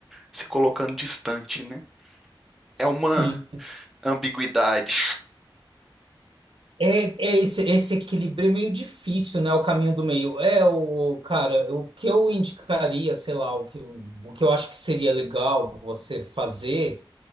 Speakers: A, in the centre; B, on the right.
A: se colocando distante, né?
B: Sim.
A: É uma ambiguidade.
B: É, é esse, esse equilíbrio é meio difícil, né? O caminho do meio. É o, cara, o que eu indicaria, sei lá, o que, o que eu acho que seria legal você fazer